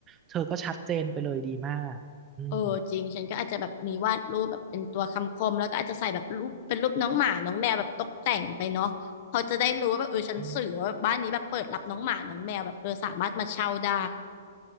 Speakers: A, on the right (about 15°); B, on the left (about 35°).
A: เธอก็ชัดเจนไปเลยดีมากอืม
B: เออจริงฉันก็อาจจะแบบมีวาดรูปแบบเป็นตัวคำคมแล้วก็อาจจะใส่แบบรูปเป็นรูปน้องหมาน้องแมวแบบตกแต่งไปเนาะเขาจะได้รู้ว่าแบบเออฉันสื่อว่าแบบบ้านนี้แบบเปิดรับน้องหมาน้องแมวแบบเออสามารถมาเช่าได้
A: อืม